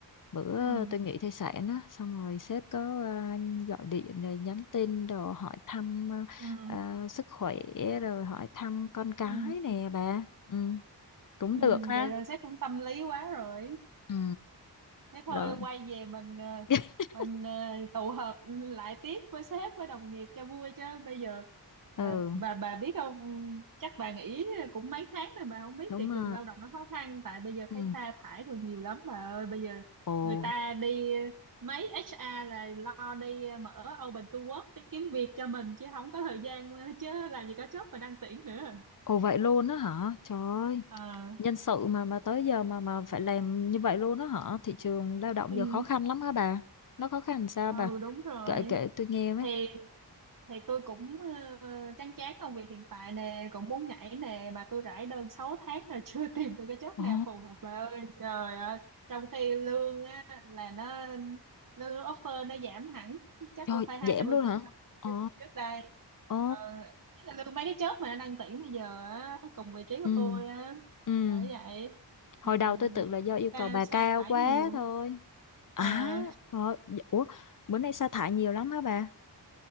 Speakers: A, on the left; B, on the right.
A: bữa
B: ừ
A: tôi nghỉ thai sản á, xong rồi sếp có à, gọi điện rồi nhắn tin đồ hỏi thăm à,
B: ừ
A: à, sức khỏe rồi hỏi thăm con cái
B: ừ
A: nè bà. Ừ, cũng
B: ừ,
A: được ha.
B: vậy là sếp cũng tâm lý quá rồi
A: Ừ,
B: thế thôi
A: rồi.
B: quay về mình ờ,
A: <laughs>
B: mình ờ, tụ họp ừ, lại tiếp với sếp với đồng nghiệp cho vui chứ bây giờ bà
A: Ừ,
B: bà bà biết không Ừ, chắc bà nghỉ cũng mấy tháng rồi bà không biết
A: đúng
B: thị
A: rồi.
B: trường lao động nó khó khăn tại bây giờ
A: Ừ.
B: thấy sa thải rồi nhiều lắm bà ơi bây giờ
A: Ồ,
B: người ta đi mấy HR là lo đi mở open to work để kiếm việc cho mình chứ không có thời gian ờ, chứ làm gì có job mà đăng tuyển nữa
A: ồ vậy luôn á hả? Trời ơi.
B: ờ
A: nhân sự mà mà tới giờ mà mà phải làm như vậy luôn đó hả? Thị trường lao động
B: ừ
A: giờ khó khăn lắm hả bà? Nó khó khăn sao
B: ừ
A: bà?
B: đúng rồi
A: Kể kể tôi nghe với.
B: thì thì tôi cũng ờ, chán chán công việc hiện tại nè cũng muốn nhảy nè mà tôi rải đơn 6 tháng rồi <laughs> chưa tìm được cái job
A: Ồ,
B: nào phù hợp bà ơi trời ơi trong khi lương á là nó lương offer nó giảm hẳn chắc
A: trời,
B: cũng phải hai
A: giảm
B: mươi
A: luôn
B: phần
A: hả?
B: trăm
A: Ồ,
B: cái lại trước đây
A: ồ,
B: ờ, ý là lương mấy cái job mà nó đang tuyển bây giờ á cùng vị trí của
A: ừ,
B: tôi á
A: ừ.
B: bởi vậy
A: Hồi
B: ừm,
A: đầu tôi tưởng là do
B: người
A: yêu
B: ta
A: cầu bà cao
B: sa thải
A: quá
B: nhiều
A: thôi. À,
B: Ờ,
A: rồi, dạ, ủa, bữa nay sa thải nhiều lắm hả bà?